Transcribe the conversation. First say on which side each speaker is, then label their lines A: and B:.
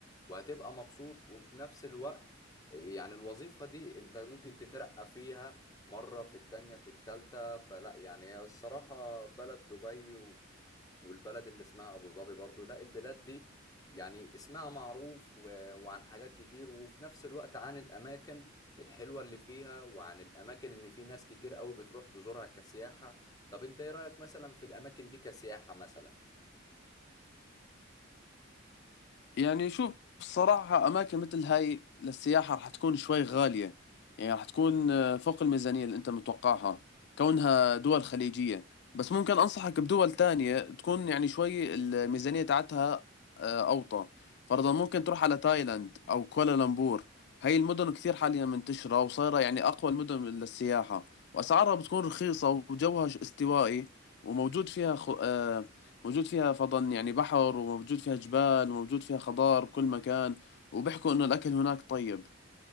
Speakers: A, on the left (about 20°); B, on the left (about 60°).
A: وهتبقى مبسوط وفي نفس الوقت يعني الوظيفة دي انت ممكن تترقى فيها مرة في التانية في التالتة فلا يعني هي الصراحة بلد دبي و- والبلد اللي اسمها أبو ظبي برضو لا البلاد دي يعني اسمها معروف و- وعن حاجات كتير وفي نفس الوقت عن الأماكن الحلوة اللي فيها وعن الأماكن إن في ناس كتير قوي بتروح تزورها كسياحة طب انت ايه رأيك مثلا في الأماكن دي كسياحة مثلا
B: يعني شوف الصراحة أماكن مثل هاي للسياحة رح تكون شوي غالية يعني رح تكون آه، فوق الميزانية اللي أنت متوقعها كونها دول خليجية بس ممكن أنصحك بدول تانية تكون يعني شوي الميزانية تاعتها آه، أوطى فرضا ممكن تروح على تايلاند أو كوالالمبور هاي المدن كثير حاليا منتشرة وصايرة يعني أقوى المدن للسياحة وأسعارها بتكون رخيصة وجوها ش- استوائي وموجود فيها خ... آه، موجود فيها فضن يعني بحر وموجود فيها جبال وموجود فيها خضار بكل مكان وبيحكوا إنه الأكل هناك طيب